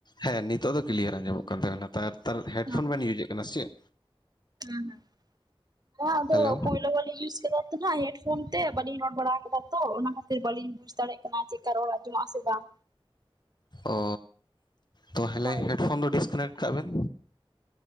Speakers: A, on the left (about 50°); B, on the right (about 45°).
A: ᱦᱮᱸ ᱱᱤᱛᱚᱜ ᱫᱚ ᱠᱞᱤᱭᱟᱨ ᱟᱸᱡᱚᱢᱚᱜ ᱠᱟᱱ ᱛᱟᱹᱵᱤᱱᱟ, ᱛᱟᱨᱛᱟᱨ ᱦᱮᱰᱯᱷᱳᱱ
B: ᱠᱟᱱᱟ?
A: ᱵᱮᱱ ᱤᱭᱩᱡᱮᱫ ᱠᱟᱱᱟ ᱥᱮ ᱪᱮᱫ?
B: ᱦᱮᱸ ᱦᱮᱸ, ᱦᱚᱸ ᱟᱫᱚ
A: ᱦᱮᱞᱳ
B: ᱯᱳᱭᱞᱳ ᱵᱟᱨᱞᱤᱧ ᱤᱭᱩᱡ ᱠᱮᱫᱟ ᱛᱚ ᱦᱟᱸᱜ ᱦᱮᱰᱯᱷᱳᱱ ᱛᱮ ᱵᱟᱹᱞᱤᱧ ᱨᱚᱲ ᱵᱟᱲᱟ ᱠᱟᱫᱟ ᱛᱚ ᱚᱱᱟ ᱠᱷᱟᱹᱛᱤᱨ ᱵᱟᱹᱞᱤᱧ ᱵᱩᱡ ᱫᱟᱲᱮᱜ ᱠᱟᱱᱟ ᱪᱮᱫᱠᱟ ᱨᱚᱲ ᱟᱸᱡᱚᱢᱚᱜᱟ ᱥᱮ ᱵᱟᱝ?
A: ᱚ, ᱛᱟᱦᱚᱞᱮ
B: ᱦᱳᱭ
A: ᱦᱮᱰᱯᱷᱳᱱ ᱫᱚ ᱰᱤᱥᱠᱟᱱᱮᱠᱴ ᱠᱟᱜ ᱵᱮᱱ᱾